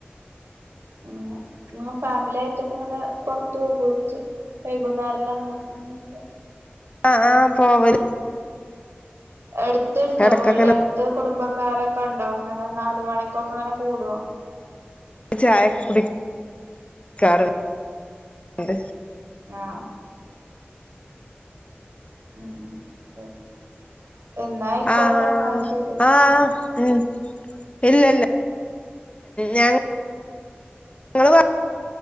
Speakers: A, on the right; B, on the left.
A: ഉം ഇങ്ങ് ഫാമിലി ആയിട്ടൊക്കെ ഇങ്ങനെ പൊറത്തു പോകു <unintelligible> വൈകുന്നാർല്ലാം ഇങ്ങ ഇങ്ങള്ക്ക്
B: ആഹ് ആഹ് പോവല്
A: എടുത്ത്ണ്ടോ
B: ഇടക്കൊക്കെങ്ങനെ
A: എടുത്ത് കുടുംബക്കാരൊക്കെ ഒണ്ടോ അങ്ങനെ നാല് മണിക്കൊക്കെ അങ്ങനെ കൂടുവോ
B: ചായക്കെ കുടിക്കാറ് ണ്ട്
A: ആഹ് ഉം ശെരി എന്നായിക്കോട്ടെ
B: ആ
A: എന്നാ ശെരി
B: ആ ഉം ഇല്ലല്ല ഞാൻ <unintelligible>